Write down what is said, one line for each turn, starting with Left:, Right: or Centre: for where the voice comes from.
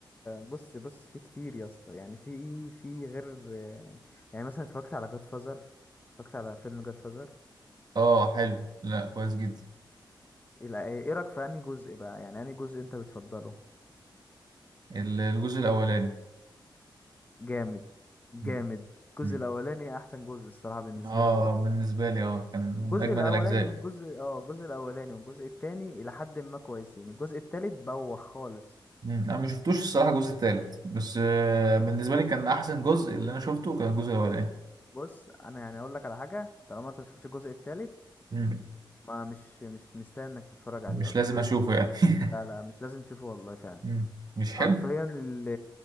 Left: بص بص في كتير يا اسطى يعني في ايه؟ في غير يعني مثلا اتفرجت على جاد فازر اتفرجت على فيلم جاد فازر
Right: اه حلو لا كويس جدا
Left: ايه إيه رايك في انهي جزء بقى يعني انهي جزء انت بتفضله
Right: ال- الجزء الاولاني
Left: جامد جامد
Right: م-
Left: الجزء
Right: م.
Left: الاولاني احسن جزء الصراحه بالنسبه
Right: اه
Left: لي برضه
Right: بالنسبة لي اه كان من
Left: الجزء
Right: اجمد
Left: الاولاني
Right: الاجزاء
Left: والجزء اه الجزء الاولاني والجزء التاني الى حد ما كويسين الجزء التالت بوخ خالص
Right: مم. انا ما شفتوش الصراحه الجزء التالت بس آه، بالنسبه لي كان احسن جزء اللي انا شفته كان الجزء الاولاني
Left: بص انا يعني اقول لك على حاجه طالما انت مشفتش الجزء التالت
Right: مم.
Left: ما مش مش مستاهل انك تتفرج عليه
Right: مش
Left: اصلا
Right: لازم اشوفه يعني <laughs>
Left: لا لا مش لازم تشوفه والله فعلا
Right: مم. مش حلو
Left: حرفيا اللي